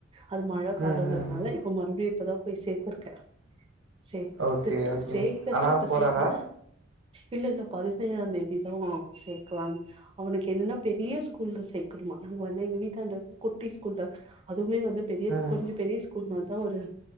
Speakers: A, on the right; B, on the right.
A: அது மழ காலம்ன்றதுனால
B: ம் ம்
A: இப்ப மறுபடியு இப்பதா போய் சேர்த்துருக்க சேத்துட்டு
B: ஓகே ஓகே
A: சேக்குற
B: அலாம்
A: இப்ப
B: போகிறாரா
A: சேக்ல இல்ல இல்ல பதினேழாந் தேதிதா சேக்கலாம் அவனுக்கு என்ன னா பெரிய ஸ்கூல்ல சேர்க்கணுமா நாங்க வந்து எங்க வீட் அந்த குட்டி ஷ்கூல்பேக் அது மே வந்து பெரிய
B: ம்.
A: கொஞ்சோ பெரிய ஸ்கூல் மாரி தா ஒரு